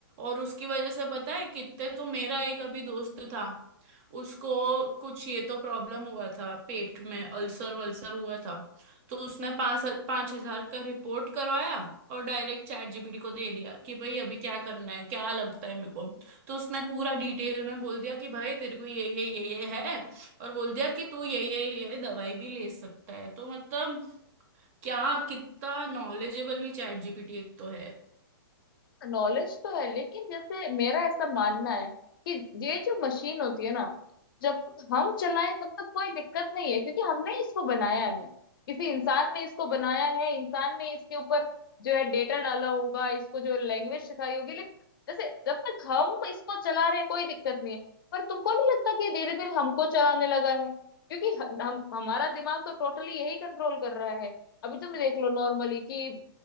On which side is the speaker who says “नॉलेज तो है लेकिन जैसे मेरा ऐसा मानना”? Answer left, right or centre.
Left